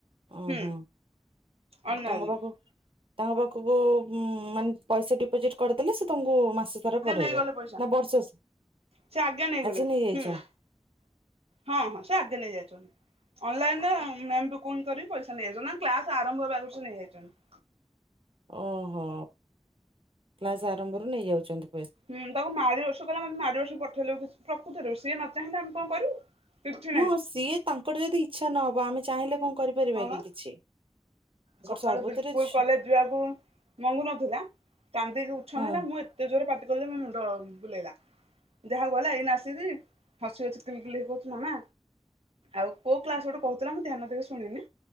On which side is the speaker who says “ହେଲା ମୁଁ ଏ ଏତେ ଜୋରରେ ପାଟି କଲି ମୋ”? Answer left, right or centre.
Right